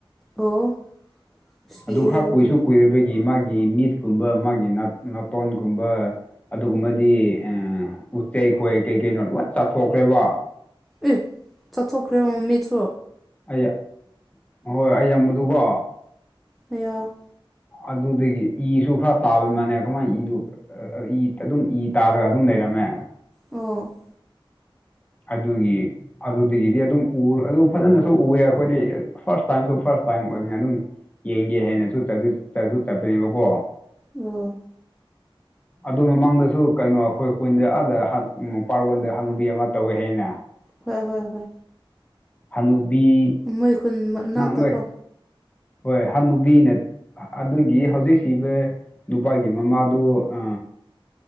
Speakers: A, in the centre; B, on the left.
A: ꯑꯣ ꯑꯁ ꯀꯤꯌꯦ
B: ꯑꯗ ꯈꯔ
A: ꯑꯗꯨꯗꯤ
B: ꯀꯣꯏꯁꯨ ꯒꯤ ꯃꯥꯒꯤ ꯃꯤꯠꯀꯨꯝꯕ ꯃꯥꯒꯤ ꯅꯥꯇꯣꯟꯒꯨꯝꯕ ꯑꯗꯨꯒꯨꯝꯕꯗꯤ ꯎꯆꯆꯩ ꯈꯣꯏ ꯀꯩ ꯀꯩꯅꯣ ꯂꯣꯏ ꯆꯥꯊꯣꯛꯈ꯭ꯔꯦꯕ
A: ꯑꯦ ꯆꯠꯊꯣꯛꯈ꯭ꯔꯦꯕ ꯃꯃꯤꯠꯁꯨ
B: ꯑꯩ ꯌꯥ ꯍꯍꯣꯏ ꯑꯩꯌꯥꯝꯕꯗꯨꯀꯣ
A: ꯍꯌ <unintelligible>
B: ꯑꯗꯨꯗꯒꯤ ꯏꯁꯨ ꯈꯔ ꯇꯥꯕ ꯃꯥꯟꯅꯦ ꯀꯃꯥꯏꯅ ꯏꯗꯨꯕꯥ ꯏ ꯑꯗꯨꯝ ꯏ ꯇꯥꯔꯒ ꯑꯗꯨꯝ ꯂꯩꯔꯝꯃꯦ
A: ꯑꯣ
B: ꯑꯗꯨꯒꯤ ꯑꯗꯨꯗꯒꯤꯗꯤ ꯑꯗꯨꯝ ꯎ ꯑꯗꯨ ꯐꯖꯅꯁꯨ ꯎꯑꯦ ꯑꯩꯈꯣꯏꯗꯤ ꯐꯥꯔꯁ ꯇꯥꯏꯝꯁꯨ ꯐꯥꯔꯁ ꯇꯥꯏꯝ ꯑꯣꯏꯕꯅꯤ ꯑꯗꯨꯝ ꯌꯦꯡꯒꯦ ꯍꯥꯏꯅꯁꯨ ꯆꯠꯁꯨ ꯆꯠꯄꯅꯦꯕꯀꯣ
A: ꯑꯣ
B: ꯑꯗꯨ ꯃꯃꯥꯡꯗꯁꯨ ꯀꯩꯅꯣ ꯑꯩꯈꯣꯏ ꯀꯨꯟꯗ ꯑꯗ ꯄꯥꯔꯠ ꯋꯥꯟꯗ ꯍꯅꯨꯗꯤ ꯑꯃ ꯇꯧꯋꯦ ꯍꯥꯏꯅ
A: ꯍꯣꯏ ꯍꯣꯏ ꯍꯣꯏ
B: ꯍꯅꯨꯕꯤ
A: ꯃꯣꯏ ꯈꯨꯟ ꯃꯅꯥꯛꯇ
B: ꯅꯣꯏ
A: ꯀꯣ
B: ꯍꯣꯏ ꯍꯅꯨꯕꯤ ꯅ ꯑꯗꯨꯒꯤ ꯍꯧꯖꯤꯛꯁꯤꯕ ꯅꯨꯄꯥꯒꯤ ꯃꯃꯥꯗꯨ ꯑ